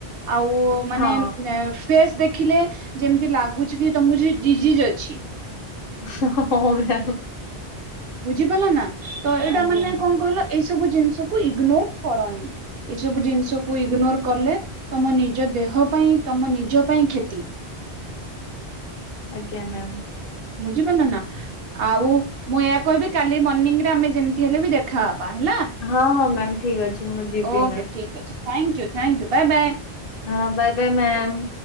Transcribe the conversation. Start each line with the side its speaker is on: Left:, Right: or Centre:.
Right: ଆଉ ମାନେ
Left: ହଁ
Right: ଫେସ୍ ଦେଖ ଦେଖିଲେ ଯେମିତି ଲାଗୁଛି କି ତମକୁ ଯ ଡିଜିଜ ଅଛି।
Left: ହଉ।
Right: ବୁଝିପାରିଲ ନା ତ ଏଇଟା
Left: ଆଜ୍ଞା
Right: ମାନେ
Left: ମ୍ୟାମ୍
Right: କଣ କହିଲ ଏଇ ସବୁ ଜିନିଷକୁୁ ଇଗ୍ନୋର କରନି। ଏଇ ସବୁ ଜିନିଷକୁୁ ଇଗନୋର କଲେ ତମ ନିଜ ଦେହ ପାଇଁ ତମ ନିଜ ପାଇଁ କ୍ଷତି।
Left: ଆଜ୍ଞା ମ୍ୟମ୍।
Right: ବୁଝିପାରୁ ନା ନା ଆଉ ମୁଁ ଏହା କହିବି କାଲି ମର୍ଣ୍ଣିିଂ ରେ ଆମେ ଯେମିତି ହେଲେ ବି ଦେଖାହବା ହେଲା।
Left: ହଁ ହଁ ମ୍ୟାମ୍ ଠିକ୍ ଅଛି ମୁଁ ଯିବି
Right: ଓକେ
Left: ମ୍ୟାମ୍।
Right: ଠିକ ଅଛି thank you thank you bye bye.
Left: ହଁ ବାଏ ବାଏ ମ୍ୟମ୍।